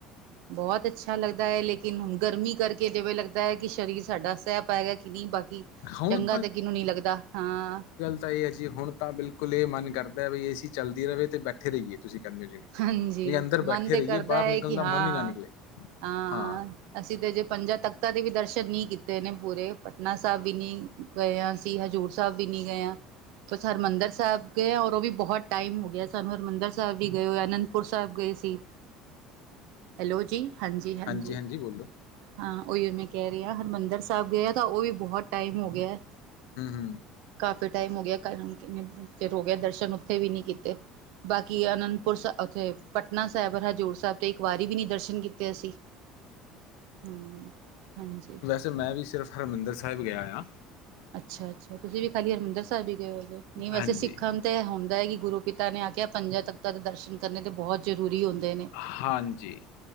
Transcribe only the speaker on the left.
ਹੁਣ
ਹੁਨ ਤੇ ਐ ਜੀ ਹੁਣ ਤਾਂ ਬਿਲਕੁਲ ਏ ਸੀ ਮਨ ਕਰਦਾ ਐ ਵੀ ਏਸੀ ਚੱਲਦੀ ਰਵੇ ਤੇ ਬੈਠੇ ਰਈਏ। ਤੁਸੀਂ ਕੈਂਦੇ ਜੇ
ਵੀ ਅੰਦਰ ਬੈਠੇ
ਰਈਏ,
ਬਾਰ
ਨਿਕਲਣ
ਦਾ
ਮਨ ਈ ਨਾ ਨਿਕਲੇ,
ਹਾਂ।
ਹਾਂਜੀ ਹਾਂਜੀ ਬੋਲੋ
ਹੂੰ।
ਤੇ ਮੈਂ ਵੀ ਸਿਰਫ ਹਰਮੰਦਰ ਸੈਬ ਗਿਆ ਹੋਯਾ।
ਹਾਂਜੀ
ਹਾਂਜੀ।